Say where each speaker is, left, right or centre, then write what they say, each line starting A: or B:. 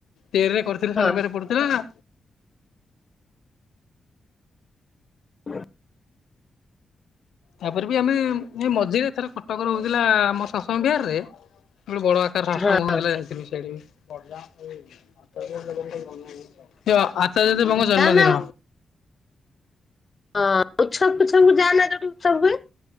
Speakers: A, on the left (about 85°); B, on the left (about 40°).
A: ତେରରେ କରିଥିଲେ
B: ହଁ
A: ଶନିବାର ପଡୁଥିଲା।
B: ହ
A: ତାପରେ ବି ଆମେ ଏ ମଝିରେ ଏଥର କଟକ ହଉଥିଲା ଆମ ସସଙ୍ଗ ବିହାରରେ ଗୋଟେ ବଡ ଆକାର
B: ହଁ
A: ସସଙ୍ଗ ହଉଥିଲା ଯାଇଥିଲି ସେଠିକି। <unintelligible> <unintelligible> ଦେବଙ୍କ ଜନ୍ମଦିନ।
B: ଯା ନା ହଁ <unintelligible> ଉଛବ ହୁଏ।